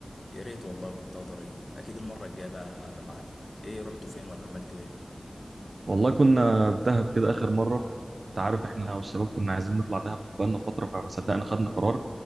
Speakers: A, on the left; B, on the right.
A: يا ريت والله كنت اقدر اجي اكيد المره الجايه بقى ابقى معاكم ايه رحتوا فين ولا عملتوا ايه
B: والله كنا في دهب كده اخر مره انت عارف احنا والشباب كنا عايزين نطلع دهب بقالنا فتره فما صدقنا خدنا قرار